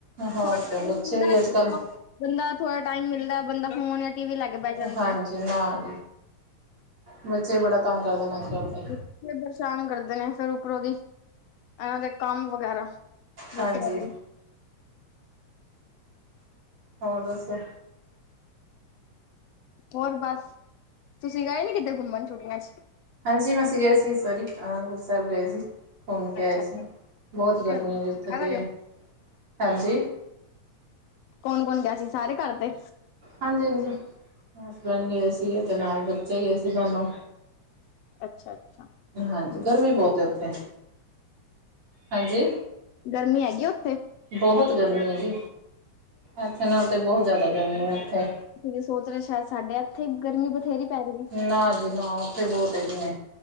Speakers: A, on the right (about 45°); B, on the left (about 85°).
A: ਹੋਰ
B: ਥੋੜਾ ਟਾਈਮ
A: ਕਿਆ ਬੱਚੇ
B: ਹੁੰਦਾ
A: ਵੀ ਅੱਜ-ਕੱਲ੍ਹ
B: <inaudible> ਬੰਦਾ ਥੋੜ੍ਹਾ ਟਾਈਮ ਮਿਲਦਾ ਬੰਦਾ ਫੋਨ ਜਾਂ ਟੀ ਵੀ ਲੈ ਕੇ ਬੈ ਜਾਂਦਾ।
A: ਹਾਂਜੀ ਨਾ ਬੱਚੇ ਬੜਾ ਤੰਗ ਕਰਦੇ ਨੇ ਅੱਜ ਕੱਲ ਤੇ
B: ਬੱਚੇ ਪਰੇਸ਼ਾਨ ਕਰਦੇ ਨੇ ਫਿਰ ਉਪਰੋਂ ਦੀ ਇਹਨਾਂ ਦੇ ਕੰਮ ਵਗੈਰਾ
A: ਹਾਂਜੀ,
B: ਬੱਚਿਆਂ ਲਈ
A: ਹੋਰ ਦੱਸੋ।
B: ਹੋਰ ਬਸ ਤੁਸੀਂ ਗਏ ਨੀ ਕਿਤੇ ਘੁੰਮਣ ਛੁਟੀਆਂ 'ਚ
A: ਹਾਂਜੀ ਮੈਂ ਅਸੀਂ ਗਏ ਸੀ ਇਸ ਵਾਰੀ ਅਨੰਦਪੁਰ ਸਾਹਿਬ ਗਏ ਸੀ ਘੁੰਮ ਕੇ
B: ਅੱਛਾ
A: ਆਏ ਸੀ। ਬਹੁਤ
B: ਹੋ
A: ਗਰਮੀ
B: ਘਰ
A: ਆਂ ਜੀ ਉੱਥੇ ਤੇ
B: ਆਇਓ
A: ਹਾਂਜੀ।
B: ਕੌਣ- ਕੌਣ ਗਿਆ ਸੀ ਸਾਰੇ ਘਰ ਦੇ
A: ਹਾਂਜੀ- ਹਾਂਜੀ ਹਸਬੈਂਡ ਗਏ ਸੀਗੇ ਤੇ ਨਾਲ ਬੱਚੇ ਗਏ ਸੀ ਦੋਨੋਂ
B: ਅੱਛਾ- ਅੱਛਾ
A: ਹਾਂਜੀ ਗਰਮੀ ਬਹੁਤ ਏ ਉਥੇ ਹਾਂਜੀ
B: ਗਰਮੀ ਹੈਗੀ ਏ ਉਥੇ
A: ਬਹੁਤ ਗਰਮੀ ਹੈ ਜੀ ਇੱਥੇ ਨਾਲ ਤੇ ਬਹੁਤ ਜ਼ਿਆਦਾ ਗਰਮੀ ਆ ਉਥੇ
B: ਤੁਹੀ ਕਿ ਸੋਚ ਰਹੇ ਸ਼ਾਇਦ ਸਾਡੇ ਇੱਥੇ ਇ ਗਰਮੀ ਬਥੇਰੀ ਪੈ ਰਹੀ ਏ।
A: ਨਾ ਜੀ ਨਾ ਉੱਥੇ ਬਹੁਤ ਹੈਗੀ ਨੇ।